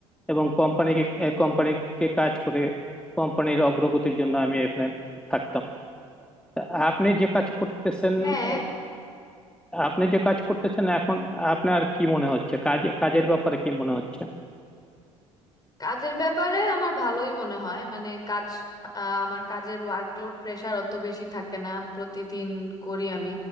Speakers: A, in the centre; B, on the left (about 25°).
A: এবং কোম্পানিকে কোম্পানিকে কাজ করে কোম্পানির অগ্রগতির জন্য আমি এখানে থাকতাম তা আপনি যে কাজ করতেছেন
B: হ্যাঁ
A: আহ, আপনি যে কাজ করতেছেন এখন আপনার কি মনে হচ্ছে কাজ কাজের ব্যাপারে কি মনে হচ্ছে
B: কাজের ব্যাপারে আমার ভালোই মনে হয় মানে কাজ আহ, আমার কাজের ওয়ার্কলোড প্রেশার অত বেশি থাকে না প্রতিদিন করি আমি